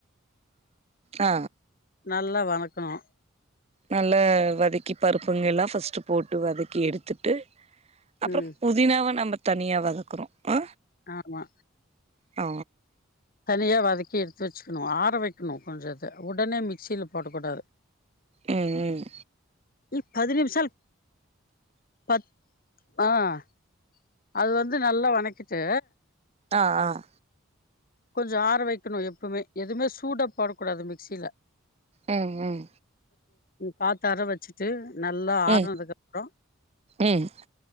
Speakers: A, on the right; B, on the left.
A: ஆ
B: நல்லா வணக்கணூ
A: நல்லா வதக்கி பருப்புங்க எல்லா ஃபஸ்ட்டு போட்டு வதக்கி எடுத்துட்டு அப்றோ
B: ம்
A: புதினாவ நம்ம தனியா வதக்றோ ஆ
B: ஆமா
A: ஓ
B: தனியா வதக்கி எடுத்து வச்சுக்ணூ ஆற வெக்ணூ கொஞ்சோ இத உடனே மிக்சில போடக் கூடாது
A: உம் உம்
B: இ பதி நிமிஷால் பத் ஆஹ் அது வந்து நல்லா வணக்கிட்டு
A: ஆஹ் ஆஹ்
B: கொஞ்சோ ஆற வெக்கணு எப்புமே எதுமே சூடா போடக்கூடாது மிக்சில
A: ஹம் ஹம்
B: காத்தார வெச்சுட்டு நல்லா ஆறுனதுக்கு
A: ம்
B: அப்புறோ
A: ம்